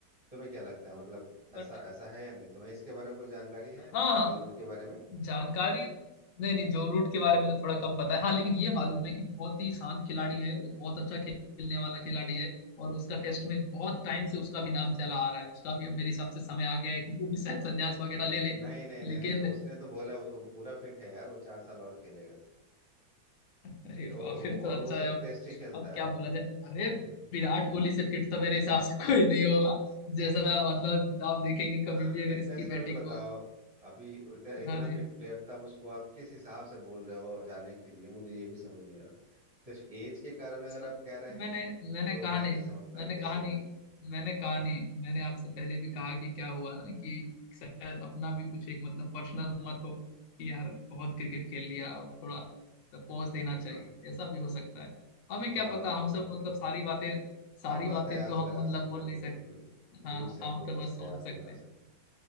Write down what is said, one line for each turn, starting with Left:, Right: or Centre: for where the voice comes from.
Right: तुम्हें क्या लगता है मतलब
Left: बट
Right: ऐसा ऐसा है या नहीं तुम्हें इसके बारे में कोई जानकारी है
Left: हाँ हाँ
Right: जो रूट के बारे में
Left: जानकारी नहीं नहीं जो रूट के बारे में तो थोड़ा कम पता है हाँ लेकिन ये मालूम है कि बहुत ही शांत खिलाड़ी है और बहुत अच्छा खेलने वाला खिलाड़ी है और उसका टेस्ट में बहुत टाइम से उसका भी नाम चला आ रहा है उसका भी अब मेरे हिसाब से समय आ गया है कि वो भी शायद संन्यास वगैरह ले ले
Right: नहीं नहीं
Left: लेकिन
Right: नहीं नहीं नहीं, उसने तो बोला उस वो पूरा फिट है यार वो चार साल और खेलेगा
Left: अरे
Right: ठीक है वो,
Left: वाह फिर
Right: वो-
Left: तो
Right: और
Left: अच्छा
Right: वो सिर्फ
Left: है अब
Right: टेस्ट ही खेलता
Left: अब क्या
Right: है
Left: बोला जाए अरे
Right: <laughs>
Left: विराट कोहली से फिट तो मेरे हिसाब से कोई नहीं होगा जैसा मतलब आप देखेंगे कभी
Right: हाँ
Left: भी अगर
Right: फिटनेस
Left: इसकी
Right: में
Left: बैटिंग
Right: भी बताओ
Left: को
Right: अभी उत- इतना
Left: हाँ
Right: फिट प्लेयर तब उसको आप किस हिसाब से बोल रहे हो जाने के लिए मुझे ये भी समझ नहीं आ रहा सिर्फ एज के कारण अगर
Left: तो
Right: आप कह रहे हैं
Left: मैंने मैंने
Right: तो
Left: कहा
Right: मैं
Left: नहीं
Right: नहीं समझता
Left: मैंने
Right: कि
Left: कहा
Right: ये सही
Left: नहीं
Right: डिसीजन
Left: मैंने कहा नहीं मैंने आपसे पहले भी कहा कि क्या हुआ ना कि शायद अपना भी कुछ एक मतलब पर्सनल मत हो कि यार बहुत क्रिकेट खेल लिया अब थोड़ा पॉज देना चाहिए
Right: हाँ
Left: ऐसा भी हो सकता है हमें
Right: थोड़ा
Left: क्या पता
Right: आराम
Left: हम सब
Right: किया जाए
Left: मतलब सारी बातें सारी
Right: हम बस
Left: बातें
Right: कयास
Left: तो हम
Right: लगा
Left: मतलब
Right: सकते
Left: बोल
Right: हैं
Left: नहीं
Right: बिल्कुल
Left: सकते
Right: बिल्कुल
Left: हाँ
Right: दूर से
Left: हम
Right: हम लोग
Left: तो
Right: बस
Left: बस सोच
Right: कयास
Left: सकते
Right: लगा
Left: हैं
Right: सकते हैं